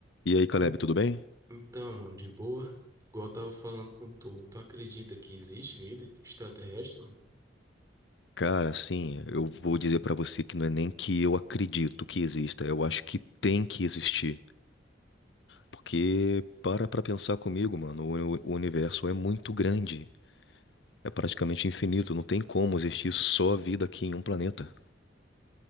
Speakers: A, on the left; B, on the right.
A: E aí, Caleb,
B: En-
A: tudo bem?
B: Então, mano, de boa, igual eu tava falando com tu, tu acredita que existe vida extraterrestre, mano?
A: Cara, assim, eu vou dizer pra você que não é nem que eu acredito que exista, eu acho que tem que existir. Porque para pra pensar comigo, mano, o, o universo é muito grande, é praticamente infinito, não tem como existir só vida aqui em um planeta.